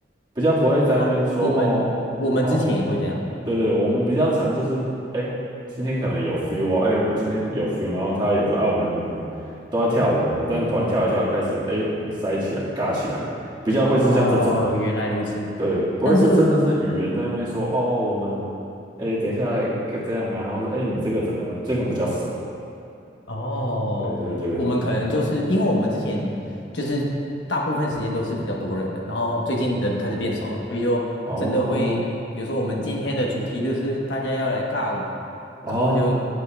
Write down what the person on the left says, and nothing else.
哦，我们我们之前也会这样。
哦，原来如此。
但是
哦，
我们可能就是因为我们之前就是大部分时间都是比较多人的，然后最近人开始变少了。
真的会，比如说我们今天的主题就是大家要来尬舞，然后就